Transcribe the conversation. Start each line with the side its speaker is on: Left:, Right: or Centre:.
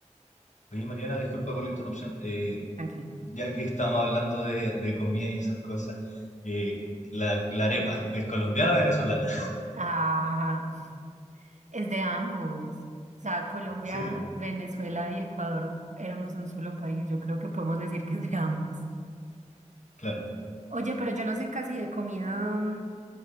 Left: oye, Mariana, disculpa por la interrupción. Eh,
Right: tranquilo.
Left: ya que estamos hablando de, de comida y esas cosas, eh, la, la arepa, ¿es colombiana o venezolana?
Right: Ah, es de ambos. O sea, Colombia,
Left: Sí,
Right: Venezuela y Ecuador éramos un solo país, yo creo que podemos decir que es de ambos.
Left: claro.
Right: Oye, pero yo no sé casi de comida. mm,